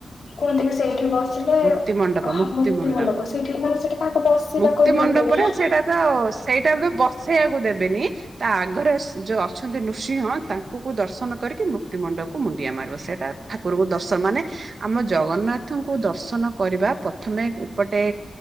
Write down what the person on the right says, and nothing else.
ମୁକ୍ତି ମଣ୍ଡପ ମୁକ୍ତି
ମଣ୍ଡପ
ମୁକ୍ତି
ମଣ୍ଡପରେ
ସେଇଟା ତ ସେଇଟା ବେ ବସେଇବାକୁ ଦେବେନି ତା ରେ ଯୋଉ ଅଛନ୍ତି ନୃସିଂହ ତାଙ୍କୁ ଦର୍ଶନ କରିକି ମୁକ୍ତି ମଣ୍ଡପକୁ ମୁଣ୍ଡିଆ ମାରିବ ସେଟା ଠାକୁର ଦର୍ଶନ ମାନେ ଆମ ଜଗନ୍ନାଥଙ୍କୁ ଦର୍ଶନ କରିବା ପ୍ରଥମେ ଏପଟେ